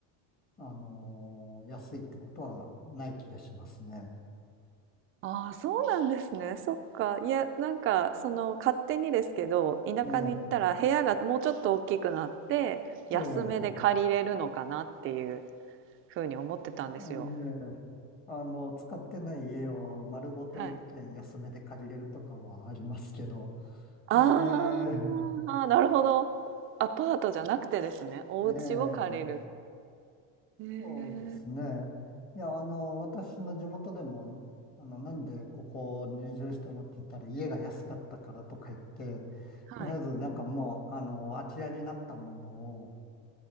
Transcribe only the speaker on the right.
あーそうなんですね。そっか。いや、なんか、その、勝手にですけど、田舎に行ったら部屋がもうちょっと大きくなって、
安めで借りれるのかなっていう
ふうに思ってたんですよ。
はい。あ
ーあー、なるほど。アパートじゃなくてですね、お家を借りる。
へえ。
はい。